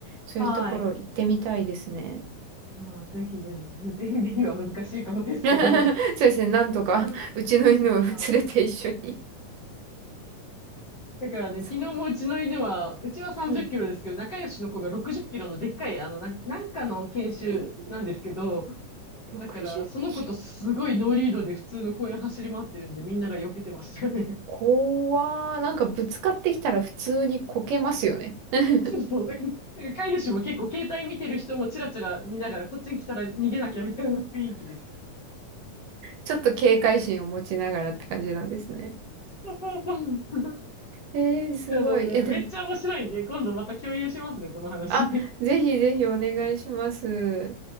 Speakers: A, on the right (about 80°); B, on the left (about 50°).
A: そういうところ行ってみたいですね。
B: はい。いやー、ぜひぜひ、ぜひぜひは難しいかもですけど。
A: <laughs> そうですね、なんとか、
B: うん。
A: うちの犬を連れて一緒に。
B: うんだからね、
A: そう、
B: 昨日もうちの犬は、うちは30キロですけど、
A: はい。
B: 仲良しの子が60キロのでっかい、あの、な、なんかの研修なんですけど、
A: えー60キロ。
B: だから、その子とすごいノーリードで普通の公園走り回ってるんで、みんなが避けてましたよね。
A: 怖ー。なんかぶつかってきたら普通にこけますよね。
B: <laughs>
A: <laughs>
B: そうそう。だから、飼い主も結構携帯見てる人もチラチラ見ながら、こっちに来たら逃げなきゃみたいな雰囲気です。
A: ちょっと警戒心を持ちながらって感じなんですね。
B: そうそうそう。
A: えー、すごい。
B: でもね、
A: え、
B: めっちゃ面白いんで、
A: でも、
B: 今度また共有しますね、この話。
A: あ、ぜひぜひお願いします。